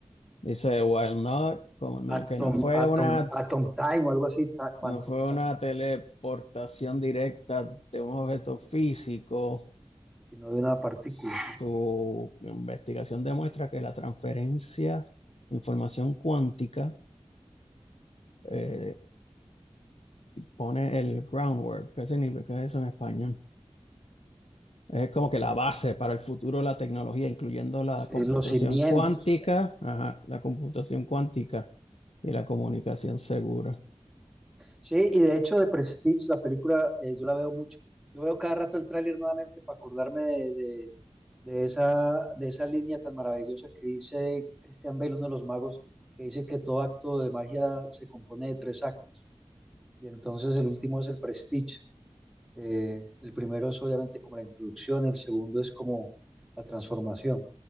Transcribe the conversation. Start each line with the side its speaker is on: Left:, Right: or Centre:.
Left: Dice, while not, como no-
Centre: Atom,
Left: que no fue
Centre: atom,
Left: una,
Centre: atom time o algo así, ta- quantum
Left: no fue
Centre: time,
Left: una
Centre: atom,
Left: teleportación directa de un objeto físico,
Centre: si no de una partícula.
Left: su investigación demuestra que la transferencia de información cuántica eh, pone el groundwork. ¿Qué significa eso en español? Es como que la base para el futuro de la tecnología, incluyendo la
Centre: Sí,
Left: computación
Centre: Sí, los cimientos.
Left: cuántica,
Centre: o sea.
Left: ajá, la computación cuántica y la comunicación segura.
Centre: Sí, y de hecho de Prestige, la película, eh, yo la veo mucho. Yo veo cada rato el tráiler nuevamente para acordarme de, de- de esa, de esa línea tan maravillosa que dice Christian Bale, uno de los magos, que dice que todo acto de magia se compone de tres actos. Y entonces el último es el Prestige. Eh, el primero es obviamente como la introducción, el segundo es como la transformación.